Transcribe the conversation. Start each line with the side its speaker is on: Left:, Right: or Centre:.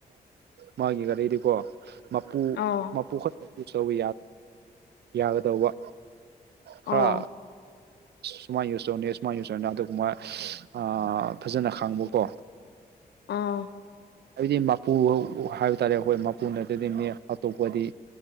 Right: ꯃꯥꯒꯤ ꯒꯥꯔꯤꯗꯤꯀꯣ ꯃꯄꯨ
Left: ꯑ
Right: ꯃꯄꯨ ꯈꯛꯇ ꯌꯨꯁ ꯇꯧꯕ ꯌꯥꯒꯗꯧꯕ
Left: ꯑꯣ
Right: ꯈꯔꯥ ꯁꯨꯃꯥꯏꯅ ꯌꯨꯁ ꯇꯧꯅꯤ ꯁꯨꯃꯥꯏꯅ ꯌꯨꯁ ꯇꯧꯅꯤ ꯑꯗꯨꯃꯥꯏ ꯑ ꯐꯖꯅ ꯈꯪꯕ ꯀꯣ
Left: ꯑꯣ
Right: ꯍꯥꯏꯕꯗꯤ ꯃꯄꯨ ꯍꯥꯏꯕ ꯇꯥꯔꯦ ꯑꯩꯈꯣꯏ ꯃꯄꯨ ꯅꯠꯇꯗꯤ ꯃꯤ ꯑꯇꯣꯞꯄꯗꯤ